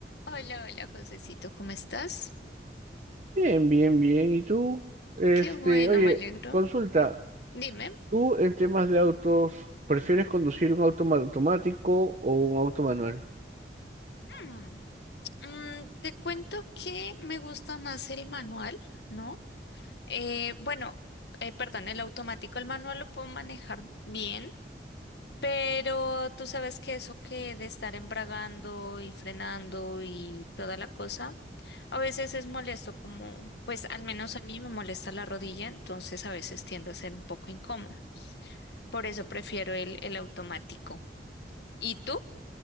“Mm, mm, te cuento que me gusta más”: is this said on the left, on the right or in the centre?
Left